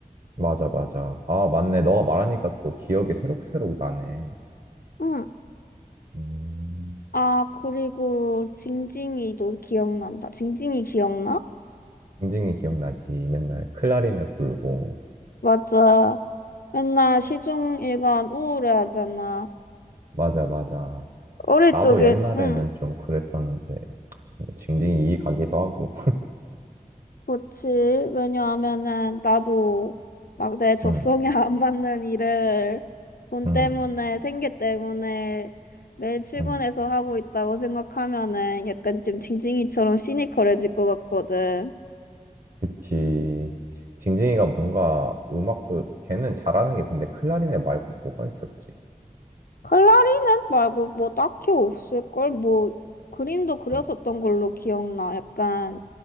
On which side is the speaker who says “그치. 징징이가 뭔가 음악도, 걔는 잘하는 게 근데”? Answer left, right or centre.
Right